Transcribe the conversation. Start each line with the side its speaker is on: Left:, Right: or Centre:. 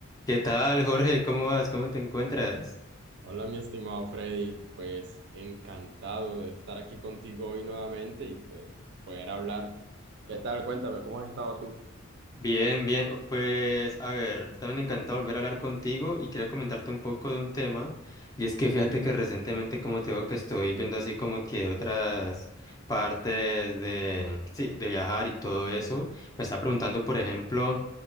Left: ¿Qué tal, Jorge? ¿Cómo vas? ¿Cómo te encuentras?
Right: Hola, mi estimado Freddy, pues encantado de estar aquí contigo hoy nuevamente y pues poder hablar. ¿Qué tal? Cuéntame, ¿cómo has estado tú?
Left: Bien, bien. o- Pues, a ver, también encantado volver a hablar contigo y quería comentarte un poco de un tema. Y es que fíjate que recientemente, como te digo, que estoy viendo así como que otras partes de, sí, de viajar y todo eso. Me estaba preguntando, por ejemplo,